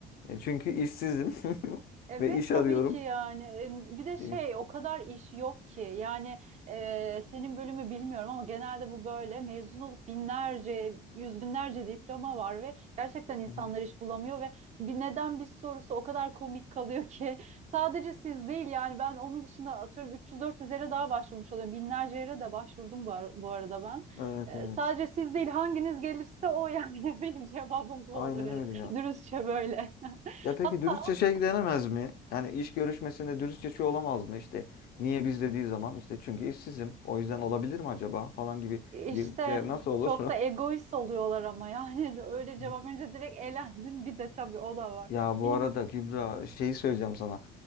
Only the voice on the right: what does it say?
Evet
tabii
ki yani E, bir de şey
o kadar iş yok ki yani e, senin bölümü bilmiyorum ama genelde bu böyle mezun olup binlerce yüz binlerce diploma var ve gerçekten insanlar
iş bulamıyor ve bir neden bir sorusu o kadar komik kalıyor ki <laughs> sadece siz değil yani ben onun dışında atıyorum 300-400 yere daha başvurmuş oluyorum binlerce yere de başvurdum bu, ar- bu arada ben.
E,
sadece siz değil hanginiz gelirse o yani <laughs> benim cevabım bu
olur herhalde
<laughs> dürüstçe böyle <laughs>
hatta
İşte
çok da egoist oluyorlar ama <laughs> yani de öyle
cevap verince direkt elendin. Bir de tabii o da var.
Benim